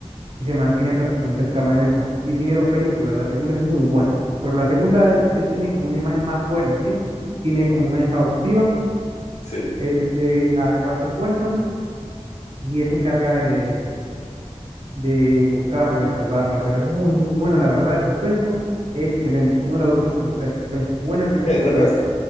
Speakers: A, on the right (about 55°); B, on the left (about 80°).
A: y se mantiene prácticamente el trama en eso. Y tiene dos películas, la segunda es muy buena, pero la segunda él, él tiene como una imagen más buena, ¿sí? Tiene como una hija adoptiva,
B: sí.
A: este, a cual secuestran y él se encarga de de buscarla y salvarla, pero es muy, muy buena, la verdad. El suspenso, excelente. Una de las últimas películas de suspenso buenas que me
B: Es
A: he visto
B: de
A: fue
B: las,
A: esa.